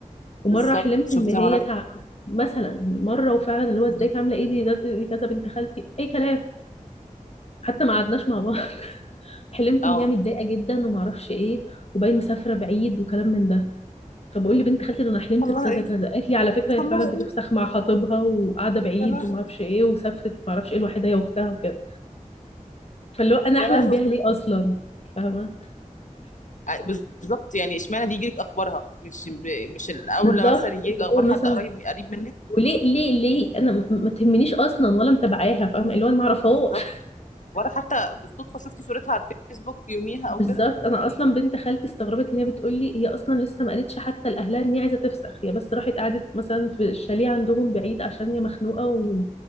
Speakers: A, on the left; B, on the left.
A: ومره
B: بالظبط
A: حلمت
B: شفتي
A: ان هي
B: مرة
A: تعب مثلا مره وفعلا اللي هو ازيك
B: مم.
A: عامله ايه دي, ده- دي كذا بنت خالتي اي كلام حتى ما قعدناش مع بعض <laughs> حلمت
B: اه
A: ان هي متضايقه جدا وما اعرفش ايه وباين مسافره بعيد وكلام من ده فبقول لبنت خالتي ده انا حلمت
B: والله
A: بكذا
B: ايه
A: كذا قالت لي على فكره هي
B: والله
A: فعلا بتفسخ
B: ايه
A: مع خطيبها وقاعده بعيد
B: يا لهوي
A: وما اعرفش ايه وسافرت ما اعرفش ايه لوحدها هي واختها وكده فاللي هو انا
B: يا
A: احلم
B: لهوي
A: بيها ليه اصلا فاهمه
B: أ- بالظبط يعني اشمعنى دي يجيلك اخبارها مش ب- مش الاول
A: بالظبط
B: لما مثلا يجيلك
A: اللي
B: اخبار
A: هو مثلا
B: حد قريب قريب منك
A: وليه ليه ليه انا م- ما تهمنيش اصلا ولا متابعاها فاهمه اللي هو انا ما اعرفهاش
B: بالظبط ولا حتى بالصدفه شفتي صورتها على الفيسبوك في يوميها
A: <laughs>
B: او
A: بالظبط
B: كده
A: انا اصلا بنت خالتي استغربت ان هي بتقول لي هي اصلا لسه ما قالتش حتى لاهلها ان هي عايزه تفسخ هي بس راحت قعدت مثلا في الشاليه عندهم بعيد عشان هي مخنوقه و...